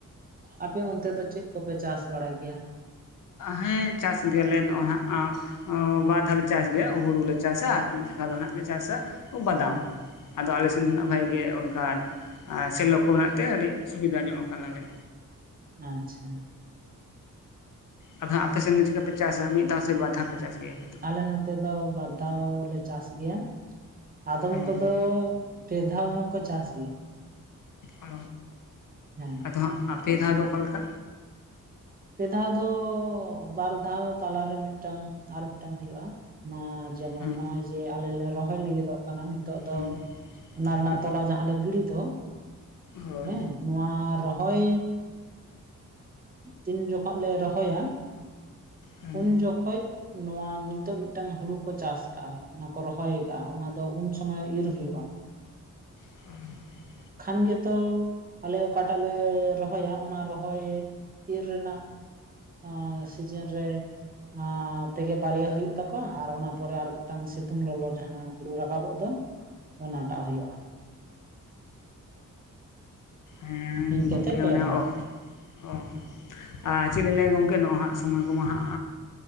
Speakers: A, on the right; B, on the left.
A: ᱟᱯᱮ ᱚᱱᱛᱮ ᱫᱚ ᱪᱮᱫ ᱠᱚᱯᱮ ᱪᱟᱥ ᱵᱟᱲᱟᱭ ᱜᱮᱭᱟᱹ
B: ᱦᱮᱸ ᱪᱟᱥ ᱜᱮᱭᱟᱞᱮ ᱱᱚᱜᱼᱚᱭ ᱦᱟᱸᱜ ᱟ ᱵᱟᱨ ᱫᱷᱟᱣᱞᱮ ᱪᱟᱥ ᱜᱮᱭᱟ ᱦᱩᱲᱩ ᱞᱮ ᱪᱟᱥᱟ ᱟᱨ ᱢᱤᱫ ᱫᱷᱟᱠᱟ ᱫᱚ ᱦᱚᱸᱜ ᱞᱮ ᱪᱟᱥᱟ ᱵᱟᱫᱟᱢ, ᱟᱫᱚ ᱟᱞᱮᱥᱮᱱ ᱫᱚ ᱱᱟᱜ ᱵᱷᱟᱜ ᱜᱮ ᱚᱱᱠᱟ ᱥᱮᱞᱳ ᱠᱚ ᱢᱮᱱᱟᱜ ᱛᱮ ᱟᱹᱰᱤ ᱥᱩᱵᱤᱫᱟ ᱧᱚᱜ ᱟᱠᱟᱱᱟᱞᱮ᱾
A: ᱟᱪᱷᱟ᱾
B: ᱟᱵᱮ ᱟᱯᱮ ᱥᱮᱱ ᱜᱮ ᱪᱤᱫᱞᱮᱠᱟᱯᱮ ᱪᱟᱥᱟ ᱢᱤᱫ ᱫᱷᱟᱣ ᱥᱮ ᱵᱟᱨ ᱫᱷᱟᱣ ᱯᱮ ᱪᱟᱥ ᱜᱮᱭᱟᱯᱮ
A: ᱟᱞᱮ ᱱᱚᱛᱮ ᱫᱚ ᱵᱟᱨ ᱫᱷᱟᱣ ᱞᱮ ᱪᱟᱥ ᱜᱮᱭᱟ, ᱟᱫᱚᱢ
B: ᱦᱮᱸ
A: ᱠᱚᱫᱚ ᱯᱮ ᱫᱷᱟᱣ ᱦᱚᱸᱠᱚ ᱪᱟᱥ ᱜᱮᱭᱟ᱾
B: ᱚ
A: ᱦᱮᱸ᱾
B: ᱟᱫᱚ ᱦᱟᱸᱜ ᱟᱯᱮ ᱫᱷᱟᱣ ᱫᱚ ᱚᱠᱟᱞᱮᱠᱟ?
A: ᱯᱮ ᱫᱷᱟᱣ ᱫᱚ ᱵᱟᱨ ᱫᱷᱟᱣ ᱛᱟᱞᱟᱨᱮ ᱢᱤᱫᱴᱟᱝ ᱟᱨ ᱢᱤᱫᱴᱟᱝ ᱦᱩᱭᱩᱜ-ᱟ, ᱚᱱᱟ ᱡᱮᱢᱚᱱ
B: ᱦᱮᱸ
A: ᱱᱚᱜ-ᱚᱭ ᱡᱮ ᱟᱞᱮᱞᱮ ᱞᱮ ᱨᱚᱦᱚᱭ ᱞᱟᱹᱜᱤᱫᱚᱜ ᱠᱟᱱᱟ᱾ ᱱᱤᱛᱚᱜ ᱫᱚ
B: ᱦᱮᱸ
A: ᱚᱱᱟ
B: ᱚᱱᱟᱜᱮ
A: ᱨᱮᱱᱟᱜ ᱛᱚᱞᱟ ᱡᱟᱦᱟᱸᱞᱮ ᱜᱤᱲ ᱫᱚ,
B: ᱦᱳᱭ
A: ᱦᱮᱸ ᱱᱚᱣᱟ ᱨᱚᱦᱚᱭ ᱛᱤᱱ ᱡᱚᱠᱷᱚᱱ ᱞᱮ ᱨᱚᱦᱚᱭᱟ
B: ᱦᱮᱸ
A: ᱩᱱ ᱡᱚᱠᱷᱚᱱ ᱱᱚᱣᱟ ᱱᱤᱛᱚᱜ ᱢᱤᱫᱴᱟᱝ ᱦᱩᱲᱩ ᱠᱚ ᱪᱟᱥ ᱠᱟᱜᱼᱟ ᱚᱱᱟᱠᱚ ᱨᱚᱦᱚᱭ ᱠᱟᱜᱼᱟ ᱚᱱᱟ ᱫᱚ ᱩᱱ ᱥᱚᱢᱚᱭ <unintelligible> ᱦᱩᱭᱩᱜᱼᱟ᱾
B: <inaudible>
A: ᱠᱷᱟᱱ ᱜᱮᱛᱚ ᱟᱞᱮ ᱚᱠᱟᱴᱟᱜ ᱞᱮ ᱨᱚᱦᱚᱭᱟ ᱚᱱᱟ ᱨᱚᱦᱚᱭ ᱤᱨ ᱨᱮᱱᱟᱜ ᱟᱻᱸ ᱥᱤᱡᱹᱱ ᱨᱮ ᱟᱻ ᱛᱮᱜᱮ ᱵᱟᱨᱭᱟ ᱦᱩᱭᱩᱜ ᱛᱟᱠᱚᱣᱟ ᱟᱨ ᱚᱱᱟ ᱯᱚᱨᱮ ᱟᱨ ᱢᱤᱫᱴᱟᱝ ᱥᱤᱛᱩᱝ ᱞᱚᱞᱚ ᱡᱟᱦᱟᱸ ᱦᱩᱲᱩ ᱨᱟᱠᱟᱵᱚᱜ ᱫᱚ ᱚᱱᱟᱴᱟᱜ ᱦᱩᱭᱩᱜᱼᱟ,
B: ᱦᱮᱸ
A: ᱤᱱᱠᱟᱹᱛᱮ
B: ᱜᱚᱝᱠᱮ
A: ᱯᱮ
B: ᱚᱱᱮ
A: ᱫᱷᱟᱣ
B: ᱚ ᱦᱚᱸ <unintelligible> ᱟᱨ ᱪᱮᱫ ᱞᱤᱧ ᱞᱟᱹᱭᱟ ᱜᱚᱝᱠᱮ ᱱᱚᱜᱼᱚᱭ ᱦᱟᱸᱜ ᱥᱚᱢᱚᱭ ᱠᱚᱢᱟ ᱦᱟᱸᱜ